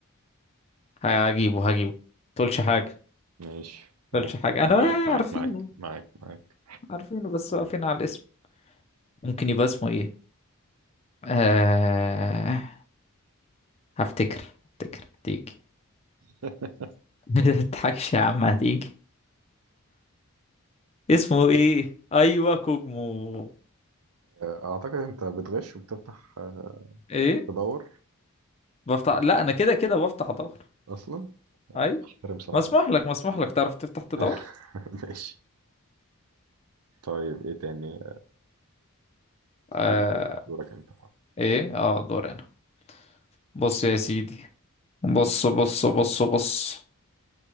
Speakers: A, on the left (about 30°); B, on the right (about 85°).
A: هجيبه هجيبه تقولش حاجة
B: ماشي قول
A: تقولش حاجة انا
B: معاك معاك
A: عارفينه
B: معاك معاك معاك
A: عارفينه بس واقفين على الاسم ممكن يبقى اسمه ايه آه... هفتكر هفتكر هتيجي
B: <laughs>
A: <laughs> متضحكش يا عم هتيجي اسمه ايه ايوه كوجمو
B: آه، اعتقد انت بتغش وبتفتح آه،
A: ايه
B: تدور
A: بفتح لا انا كده كده بفتح ادور
B: اصلا
A: اي
B: احترم صراحتك
A: مسموح لك مسموح لك تعرف تفتح تدور
B: <laughs> ماشي طيب ايه تاني
A: آه...
B: لا، دورك انت
A: ايه اه دور هنا بص يا سيدي بص بص بص بص